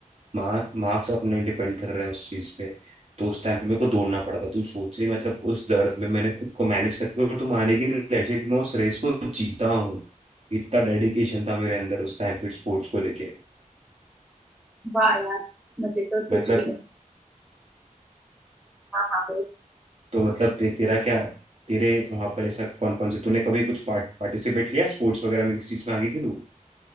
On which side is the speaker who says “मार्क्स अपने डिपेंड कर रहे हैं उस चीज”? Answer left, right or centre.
Right